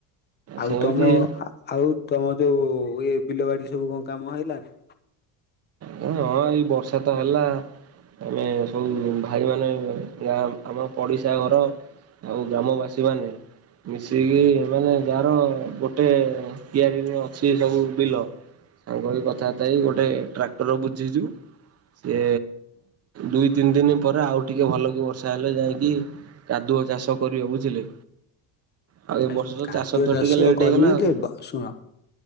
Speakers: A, on the left; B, on the right.
A: ଆଉ
B: ସେମିତି
A: ତମ ଆଉ ତମ ଯୋଉ ଇଏ ବିଲ ବାଡି ସବୁ କଣ କାମ ହେଲାଣି?
B: ହଁ ଏଇ ବର୍ଷା ତ ହେଲା। ଆମେ ସବୁ ଭାଇ ମାନେ ଗାଁ ଆମ ପଡିଶା ଘର ଆଉ ଗ୍ରାମବାସୀ ମାନେ। ମିଶିକି ମାନେ ଯାହାର ଗୋଟେ କିଆରିରେ ଅଛି ସବୁ ବିଲ। ସଂଗହେଇ କଥାବାର୍ତ୍ତା ହେଇ ଗୋଟେ ଟ୍ରାକ୍ଟର ବୁଝିଛୁ। ସେ ଦୁଇ ତିନି ଦିନ ପରେ ଆଉ ଟିକେ ଭଲ କି ବର୍ଷା ହେଲେ ଯାଇକି କାଦୁଅ ଚାଷ କରିବ ବୁଝିଲେ। ଆଉ
A: ଏ
B: ବର୍ଷ
A: ଶୁଣ
B: ତ
A: କାଦୁଅ
B: ତ
A: ଚାଷ
B: ଟିକେ ଲେଟ୍
A: କରିବେ
B: ହେଇଗଲା ଆଉ।
A: ଯେ ବ ଶୁଣ।